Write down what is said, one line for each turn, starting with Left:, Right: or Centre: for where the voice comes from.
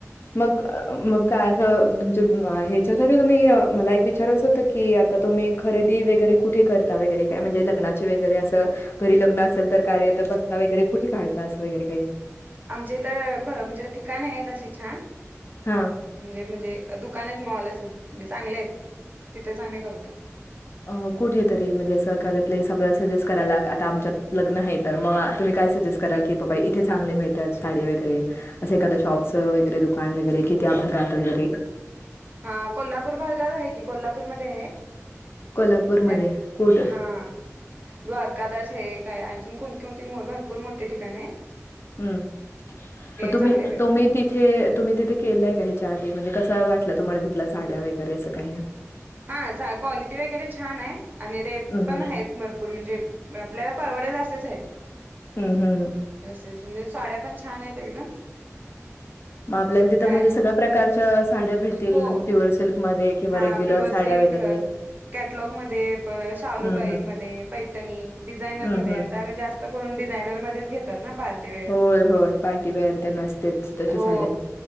Left: मग अ मग काय असं तुमच्या म ह्याच्यासाठी तुम्ही अ मला एक विचारायच होतं की तर तुम्ही खरेदी वगैरे कुठे करता वगैरे काय म्हणजे लग्नाचे वगैरे असं घरी लग्न असेल तर कार्य तर बसता वगैरे कुठ काढता असं वगैरे काही.
Right: आमचे इथं भ म्हणजे ठिकाण आहेत अशी छान.
Left: हा.
Right: म्हणजे म्हणजे दुकान आहेत मॉल असे म्हणजे चांगले आहेत तिथेच आम्ही करतो.
Left: अ कुठेेतरी म्हणजे असा एखादा प्लेस आपल्याला सजेस्ट करायला क आता आमच्यात लग्न आहेत तर म तुम्ही काय सजेस्ट कराल की बाबा इथे चांगले मिळत्यात साडी वगैरे अस एखादा शॉप्सचं वगैरे दुकान वगैरे कि त्या भागात वगैरे
Right: हा कोल्हापूर भागात आहे की कोल्हापूरमध्ये आहे.
Left: कोल्हापूरमध्ये
Right: त्यात
Left: कुठ
Right: हा द्वारकादास आहे काय आहे अजून कोणकोणती मो भरपूर मोठे ठिकाणं आहेत.
Left: हम्म म तुम्ही
Right: चांगले भेटते
Left: तुम्ही तिथे तुम्ही तिथे केलंय का ह्याच्या आधी म्हणजे कसा वाटला तुम्हाला तिथल्या साड्या वगैरे असं काही?
Right: हा सा क्वालिटी वगैरे छान आहे आणि रेट
Left: हम्म
Right: पण
Left: हम्म
Right: आहेत भरपूर म्हणजे आपल्याला परवडेल असेच आहेत.
Left: हम्म हम्म.
Right: तेच म्हणजे साड्या पण छान आहेत एकदम.
Left: म आपल्याला तिथं
Right: काय
Left: म्हणजे सगळ्या प्रकारच्यास साड्या भेटतील
Right: हो
Left: प्युअर सिल्कमध्ये किंवा
Right: हा
Left: रेग्युलर
Right: प्युअर
Left: साड्या
Right: सिल्क
Left: वगैरे.
Right: कॅटलॉग मध्ये परत शालू
Left: हम्म
Right: टाईप
Left: हम्म
Right: मध्ये, पैठणी, डिझायनर
Left: हम्म
Right: मध्ये
Left: हम्म
Right: आता जास् त करून डिझायनर मध्येच घेतात ना पार्ट टी वेअर
Left: होय होय पार्टीवेअर ते नसतेच तशा
Right: हो
Left: साड्या